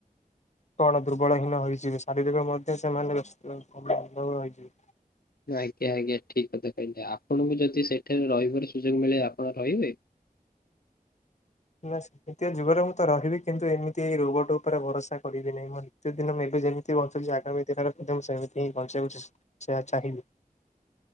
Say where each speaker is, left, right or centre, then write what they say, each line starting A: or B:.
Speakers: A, on the left (about 50°); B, on the left (about 85°).
A: କଣ ଦୁର୍ବଳହୀନ ହୋଇଯିବେ। ଶାରୀରିକ ମଧ୍ୟ ସେମାନେ <inaudible> ହୋଇଯିବେ।
B: ଆଜ୍ଞା, ଆଜ୍ଞା ଠିକ କଥା କହିଲେ ଆପଣଙ୍କୁ ଯଦି ସେଠାରେ ରହିବାର ସୁଯୋଗ ମିଳେ ଆପଣ ରହିବେ?
A: ନା ସେ ଦିତୀୟ ଯୁଗରେ ମୁଁ ତ ରହିବି, କିନ୍ତୁ ଏମିତି ଏଇ ରୋବଟ୍ ଉପରେ ଭରସା କରିବି ନାହିଁ। ମୋ ନିତ୍ୟ ଦିନ ମୁଁ ଏବେ ଯେମିତି ବଞ୍ଚୁଚି ଆଗାମୀ ସେ ତାଙ୍କର ଏକଦମ ସେମିତି ହିଁ ବଞ୍ଚିବାକୁ ଚା, ସେୟା ଚାହିଁବି।